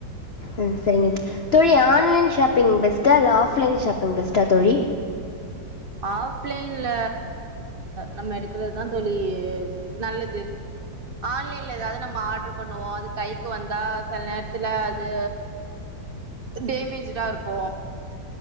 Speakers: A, on the left; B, on the right.
A: ம் சரிங்க இது தோழி ஆன்லைன் ஷாப் பிங் பெஸ்ட்டா இல்ல ஆஃப்லைன் ஷாப்பிங் பெஸ்டா தோழி
B: ஆஃப்லைன்ல நம்ம எடுக்குறதுதா தோழி நல்லது ஆன்லைன்ல எதாவது நம்ம ஆடர் பண்ணுவோ அது கைக்கு வந்தா செல் நேரத்துல அது டேமேஜ்டா இருக்கு